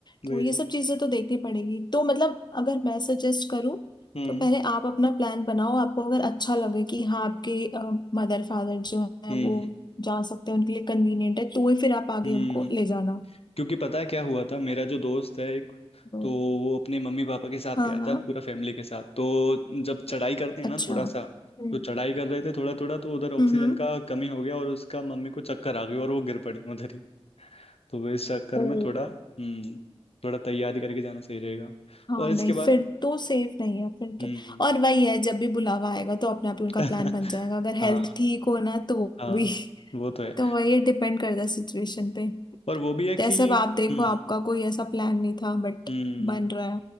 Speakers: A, on the left; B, on the left.
A: वही
B: तो ये
A: तो
B: सब चीज़ें तो देखनी पड़ेगी तो मतलब अगर मैं सजेस्ट करूँ
A: हम्म
B: तो पहले आप अपना प्लान बनाओ आपको अगर अच्छा लगे कि हाँ आपके मदर फादर जो है
A: हम्म
B: वो जा सकते हैं उनके लिए कन्वीनियंट है तो ही फिर आप आगे
A: हम्म
B: उनको ले जाना
A: क्योंकि पता है क्या हुआ था मेरा जो दोस्त है एक
B: तो
A: तो वो अपने मम्मी पापा के साथ
B: हाँ
A: गया
B: हाँ
A: था पूरा फैमिली के साथ तो जब चढ़ाई करते हैं
B: अच्छा
A: ना थोड़ा
B: हम्म
A: सा तो चढ़ाई कर रहे थे थोड़ा थोड़ा तो उधर ऑक्सीजन
B: हम्म हम्म।
A: का कमी हो गया और उसका मम्मी को चक्कर आ गया और वो गिर पड़ी उधर ही तो वो इस चक्कर में
B: ओ
A: थोड़ा हम्म थोड़ा तैयारी करके जाना सही रहेगा
B: हाँ
A: और इसके
B: नहीं
A: बाद
B: फिर तो सेफ नहीं है फिर
A: हम्म
B: तो और वही है जब भी बुलावा आएगा तो अपने आप ही उनका
A: <laughs>
B: प्लान बन जाएगा अगर हेल्थ
A: हाँ
B: ठीक हो ना तो
A: हाँ
B: भी <laughs>
A: वो तो है
B: तो वही डिपेंड करता है सिचुएशन पे
A: और वो भी है कि
B: जैसे अब आप देखो
A: हम्म
B: आपका कोई ऐसा प्लान नहीं था बट
A: हम्म
B: बन रहा है